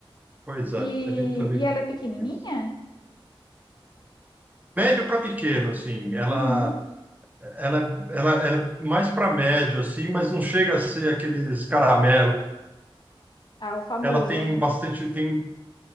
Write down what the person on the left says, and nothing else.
E,
e ela
é pequenininha?
Uhum.
Ah, o famoso,
né?